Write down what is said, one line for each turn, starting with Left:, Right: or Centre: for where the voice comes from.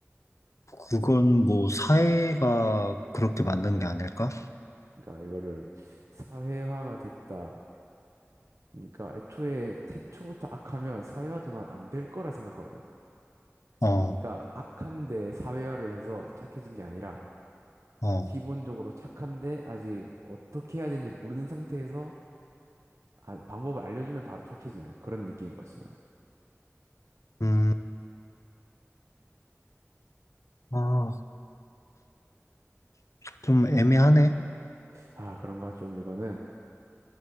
Left: 그건 뭐 사회가 그렇게 만든 게 아닐까?
Right: 그러니까 이거를 사회화가 됐다. 그러니까 애초에 태초부터 악하면 사회화도 난 안 될 거라 생각하거든.
Left: 어,
Right: 그러니까 악한데 사회화를 해서 착해진 게 아니라
Left: 어,
Right: 기본적으로 착한데 아직 어떻게 해야 되는지 모르는 상태에서 아, 방법을 알려주면 바로 착해지는 그런 느낌인 거지 나는.
Left: 음, 아, 좀 애매하네.
Right: 아 그런가 좀 이거는